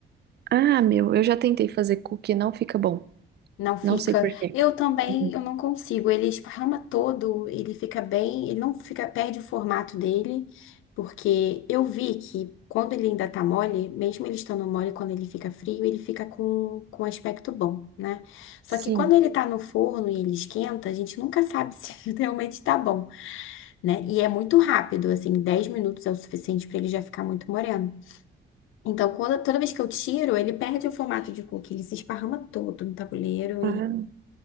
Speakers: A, on the right; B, on the left.
A: Ah, meu, eu já tentei fazer cookie, não fica bom.
B: Não fica.
A: Não sei por quê.
B: Eu também,
A: Uhum.
B: eu não consigo. Ele esparrama todo, ele fica bem, ele não fica, perde o formato dele, porque eu vi que quando ele ainda tá mole, mesmo ele estando mole, quando ele fica frio, ele fica com, com um aspecto bom, né? Só
A: Sim,
B: que quando ele tá no forno e ele esquenta, a gente nunca sabe <laughs> se realmente tá bom, né? E é muito rápido, assim, 10 minutos é o suficiente para ele já ficar muito moreno. Então, quando, toda vez que eu tiro, ele perde o formato de cookie, ele se esparrama todo no tabuleiro
A: Ah,